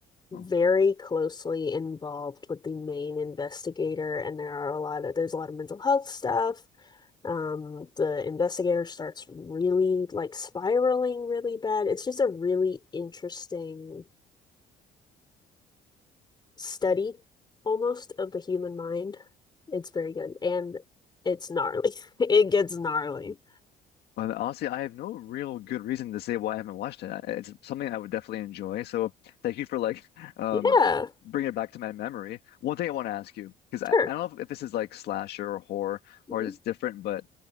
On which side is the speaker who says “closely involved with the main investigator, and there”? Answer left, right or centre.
Left